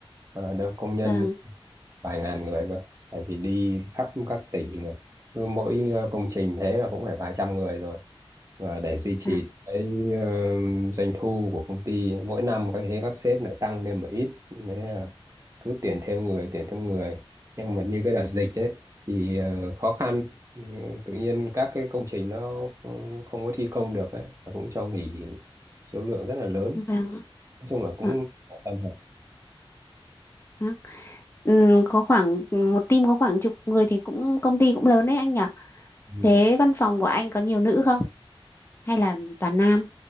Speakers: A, on the right; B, on the left.
A: Ờ, đông công nhân
B: vâng
A: vài ngàn người cơ tại vì đi khắp các tỉnh rồi, cứ mỗi ờ, công trình thế là cũng phải vài trăm người rồi và để duy trì
B: vâng
A: cái ờ, doanh thu của công ty mỗi năm có thế các sếp lại tăng lên một ít nên là cứ tuyển thêm người tuyển thêm người nhưng mà như cái đợt dịch ấy thì ờ, khó khăn Ừ, tự nhiên các cái công trình nó không, không có thi công được ấy nó cũng cho nghỉ số lượng rất là lớn
B: vâng
A: nói chung là cũng
B: vâng,
A: tạm
B: vâng. Ừ, có khoảng một team có khoảng chục người thì cũng công ty cũng lớn đấy anh nhỉ
A: ổn.
B: thế văn phòng của anh có nhiều nữ không hay là toàn nam